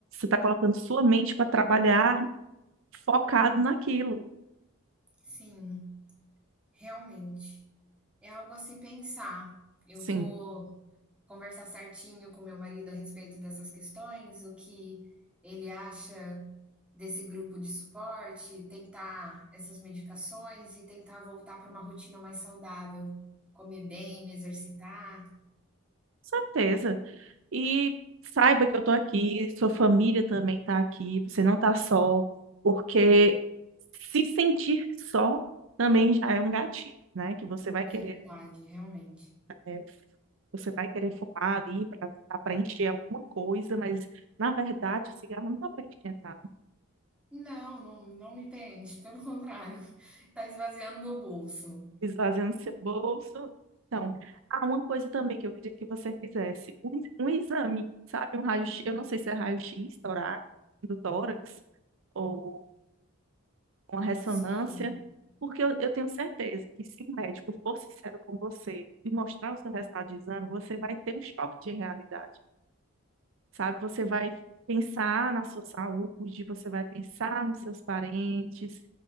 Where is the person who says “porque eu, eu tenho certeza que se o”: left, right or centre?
Right